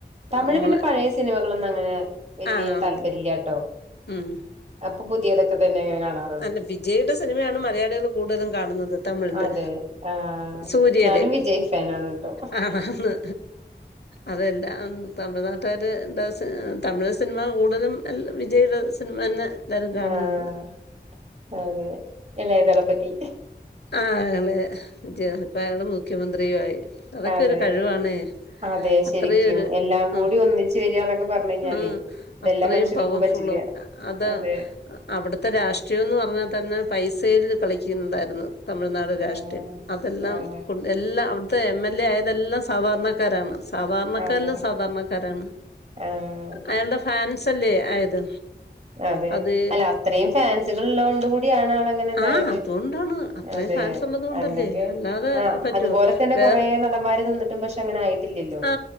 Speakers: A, on the right (about 40°); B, on the left (about 70°).
A: തമിഴ്
B: നമ്മളെ
A: പിന്നെ പഴയ സിനിമ നമ്മളൊന്നും അങ്ങനെ വല്യ
B: ആഹ് കാണത്തില്ല
A: താല്പര്യം ഇല്ലാട്ടോ
B: ഉം
A: അപ്പൊ പുതിയതൊക്കെ തന്നെ അങ്ങനെ കാണാറൊ
B: അല്ല വിജയിയുടെ സിനിമയാണ് മലയാളികള് കൂടുതലും കാണുന്ന ന്നത്. തമിഴില്
A: അതെ ആഹ്
B: സൂര്യയുടെയും
A: ഞാനും വിജയ് ഫാനാണ് ട്ടോ
B: ആ ആന്ന് അതെല്ലാം തമിഴ്നാട്ട <unintelligible> തമിഴ് സിനിമ കൂടുതലും എല്ലാം വിജയിയുടെ സിനിമ തന്നെ എല്ലാരും കാണുന്നത്
A: ആഹ് അതെ ഇളയദളപതി
B: ആ എളയ വിജയി ഇപ്പ അയാള് മുഖ്യമന്ത്രിയും ആയി അതൊക്കെ
A: അതെ
B: ഒരു കഴിവാണേ
A: അതെ ശരിക്കും
B: അത്രയും ഒരുഉം
A: എല്ലാം കൂടി ഒന്നിച്ച് വരികാന്നൊക്കെ പറഞ്ഞു കഴിഞ്ഞാലേ
B: ഉം
A: ഇതെല്ലാ
B: അത്രയും
A: മനുഷ്യർക്കും
B: പവർഫുള്ളും
A: പറ്റില്ല
B: അതാ
A: അതെ
B: അവിടുത്തെ രാഷ്ട്രീയംന്ന് പറഞ്ഞാൽ തന്നെ പൈസയിൽ കളിക്കുന്നത ന്ന്- തമിഴ്നാട് രാഷ്ട്രീയം
A: ആഹ്
B: അതെല്ലാം
A: ആഹ്
B: കൊ എല്ലാം അവിട- ത്തെ എം എൽ എ ആയതെല്ലാം സാധാരണക്കാരാണ്- സാധാരണക്കാരിലും
A: അതെ
B: സാധാരണക്കാരാണ്
A: ആഹ്
B: അയാളുടെ ഫാൻ- സല്ലേ ആയത്?
A: അതെ
B: അത്
A: അല്ല അത്രയും ഫാൻസുകൾ ഉള്ളതൊണ്ട് കൂടി- ക്കൂടി ആണ് ആള് അങ്ങനെ ഇതായതു
B: ആ അതുകൊണ്ടാണ് അത്രയും
A: അതെ
B: ഫാൻസ് ഉള്ളത് കൊണ്ടല്ലേ
A: അല്ലെങ്കി
B: അല്ലാതെ
A: ആ
B: പറ്റുവോ
A: അതുപോലെ തന്നെ
B: വേറെ
A: കൊറേ നടന്മാര് നിന്നിട്ടും പക്ഷെ- അങ്ങനായി- ട്ടില്ലല്ലോ
B: ആ